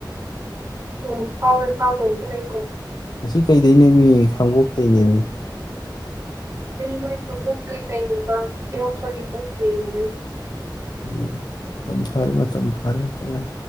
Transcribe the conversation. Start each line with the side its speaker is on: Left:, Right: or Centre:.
Right: ꯎ ꯐꯥꯎ ꯐꯥꯎꯂꯒ ꯂꯩ
Left: ꯉ ꯀꯩꯗꯩ ꯅꯦꯝꯃꯤ ꯈꯥꯡꯕꯣꯛꯇꯒꯤ ꯅꯦꯝꯃꯤ
Right: ꯃ ꯍꯧꯖ ꯀꯩ ꯀ ꯐꯗ
Left: ꯎꯝ ꯃꯇꯝ ꯐꯥꯔꯦ ꯃꯇꯝ ꯐꯥꯔꯦ ꯑꯝꯇ ꯉꯥꯏ